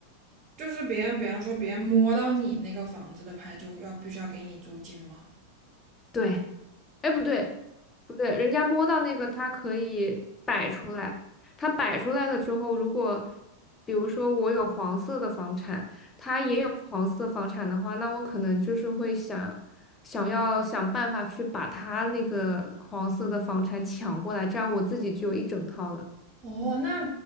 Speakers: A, on the right (about 40°); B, on the left (about 20°).
A: 就是别人，比方说别人摸到你那个房子的牌，就要必须要给你租金吗？
B: 对，哎，不对，不对，人家摸到那个，它可以摆出来。它摆出来了之后，如果比如说我有黄色的房产，他也有黄色房产的话，那我可能就是会想想要想办法去把他那个黄色的房产抢过来，这样我自己就有一整套了。
A: 哦，那